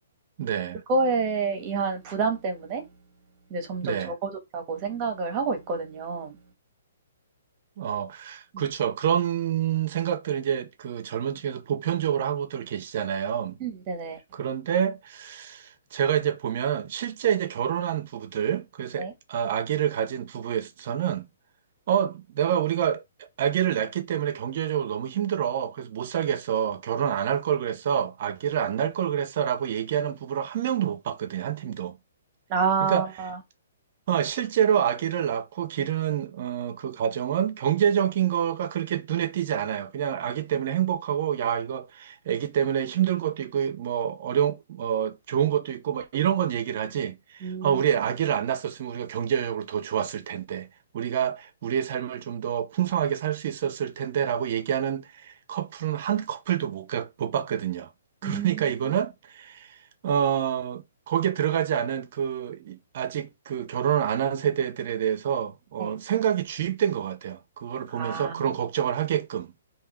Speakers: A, on the right; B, on the right.
A: 네.
B: 그거에 의한 부담 때문에 근데 점점
A: 네.
B: 적어졌다고 생각을 하고 있거든요.
A: 어, 그렇죠.
B: 음.
A: 그런 생각들을 이제 그 젊은 층에서 보편적으로 하고들 계시잖아요.
B: 음 네네.
A: 그런데 제가 이제 보면 실제 이제 결혼한 부부들, 그래서
B: 네.
A: 아, 아기를 가진 부부에서는 어, 내가 우리가 아기를 낳기 때문에 경제적으로 너무 힘들어. 그래서 못 살겠어. 결혼 안 할 걸 그랬어. 아기를 안 낳을 걸 그랬어. 라고 얘기하는 부부를 한 명도 못 봤거든, 한 팀도.
B: 아.
A: 그러니까 아, 실제로 아기를 낳고 기르는 어, 그 과정은 경제적인
B: 네.
A: 거가 그렇게 눈에 띄지 않아요. 그냥 아기 때문에 행복하고 야 이거 아기 때문에 힘든 것도 있고 뭐 어려운 어, 좋은 것도 있고 뭐 이런 건 얘기를 하지.
B: 음.
A: 아, 우리 아기를 안 낳았었으면 우리가 경제적으로 더 좋았을 텐데 우리가 우리의 삶을 좀 더 풍성하게 살 수 있었을 텐데라고 얘기하는 커플은 한 커플도 못, 가- 못 봤거든요. 그러니까
B: 음.
A: 이거는 어, 거기에 들어가지 않은 그, 이- 아직 그 결혼을 안 한 세대들에 대해서, 어,
B: 네.
A: 생각이 주입된 것 같아요. 그거를 보면서
B: 아.
A: 그런 걱정을 하게끔.